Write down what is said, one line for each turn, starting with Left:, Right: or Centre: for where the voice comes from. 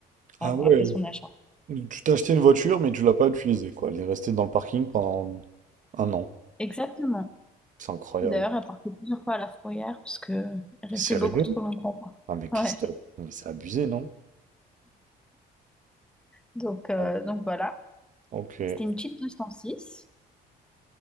Centre: av-
Right: Ah ouais,
Centre: après son achat.
Right: tu t'es acheté une voiture, mais tu l'as pas utilisée, quoi. Elle est restée dans le parking pendant un an.
Centre: Exactement.
Right: C'est incroyable.
Centre: D'ailleurs, elle partait plusieurs fois à la fourrière parce que elle restait
Right: Sérieux?
Centre: beaucoup trop longtemps.
Right: Ah mais qu'est-ce
Centre: Ouais.
Right: que t'as- mais c'est abusé, non?
Centre: Donc, euh,
Right: Ah,
Centre: donc voilà.
Right: Ok,
Centre: C'était une petite 206